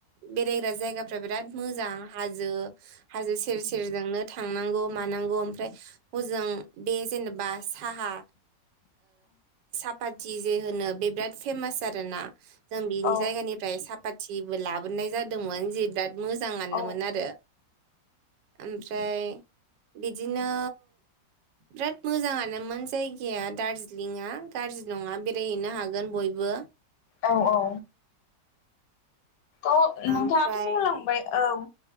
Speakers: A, on the right; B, on the left.
A: बेरायग्रा जायगाफ्रा बिराद मोजां हाजो हाजो सेर सेरजोंनो थांनांगौ मानांगौ ओमफ्राय हजों बे जेनेबा साहा सापाथि जे होनो बे बिराद फेमास आरोना जों बिनि
B: औ
A: जायगानिफ्राय साफाथिबो लाबोनाय जादोंमोन जे बिराद मोजाङानो‌
B: औ
A: मोन आरो। ओमफ्राय बिदिनो बिराद मोजाङानोमोन जायगाया दारजिलिङा गाज्रि नङा बेरायहैनो हागोन बय बो
B: औ औ अ नोंथाङाथ'
A: ओमफ्राय
B: बुंलांबाय औ